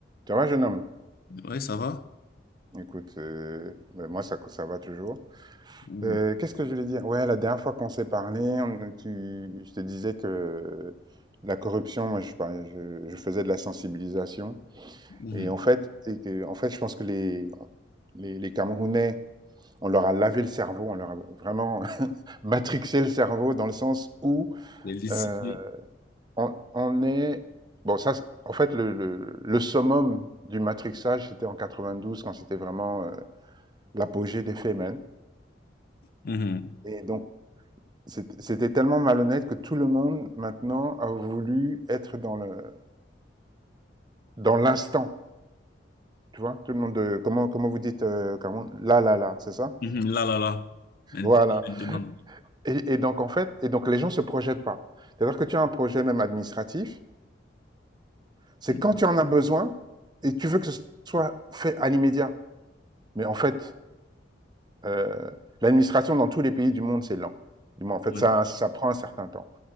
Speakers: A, on the right (about 25°); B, on the left (about 50°).
A: tu vois jeune homme?
B: Ouais, ça va?
A: Écoute, euh, ben, moi, ça, ça va toujours.
B: Mhm.
A: Euh, qu'est-ce que je voulais dire? Ouais, la dernière fois qu'on s'est parlé, on- tu- je te disais que la corruption, moi, je, par- je- je faisais de la sensibilisation.
B: Mhm.
A: Et en fait, et que, en fait, je pense que les, les, les Camerounais, on leur a lavé le cerveau, on leur a vraiment <laughs> matrixé le cerveau dans le sens où
B: Les décidé.
A: euh, on, on est... Bon, ça, c'est- en fait, le, le, le summum du matrixage, c'était en 92, quand c'était vraiment... euh, l'apogée des Femen.
B: Mhm.
A: Et donc, c'est- c'était tellement malhonnête que tout le monde maintenant a voulu être dans le dans l'instant. Tu vois, tout le monde, de comment, comment vous dites, euh, comment- là, là, là, c'est ça?
B: Mhm. Là, là, là. Maintenant,
A: Voilà.
B: maintenant.
A: Et, et donc, en fait, et donc les gens se projettent pas. C'est-à-dire que tu as un projet même administratif, c'est
B: Mhm.
A: quand tu en as besoin et tu veux que ce soit fait à l'immédiat. Mais en fait, euh, l'administration dans tous les pays du monde, c'est lent. Du moins, en fait,
B: Ouais.
A: ça, ça prend un certain temps.